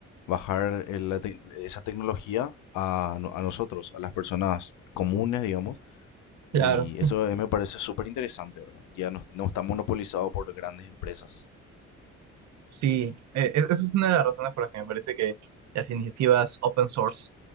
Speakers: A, on the left (about 85°); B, on the right (about 65°).
A: bajar el- la tec- esa tecnología a, no- a nosotros, a las personas comunes, digamos, y
B: Claro.
A: eso eh, me parece súper interesante, ¿verdad? Ya no, no está monopolizado por grandes empresas.
B: Sí, eh, e- eso es una de las razones por las que me parece que las iniciativas open source